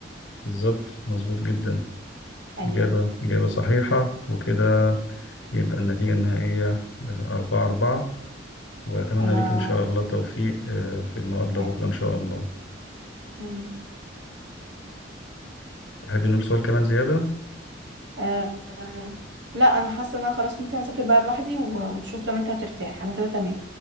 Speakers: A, on the left; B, on the right.
A: بالظبط مظبوط جدا
B: ايوه
A: إجابة إجابة صحيحة وكده يبقى النتيجة النهائية أربعة أربعة وأتمنى
B: انا
A: ليك إن شاء الله التوفيق آه، في المقابلة بكرة
B: امين
A: إن شاء الله
B: مم.
A: تحب نقول سؤال كمان زيادة؟
B: آه آه، لا انا حاسه ان انا خلاص ممكن اذاكر بقى لوحدي و- وتشوف لو انت هترتاح انا كده تمام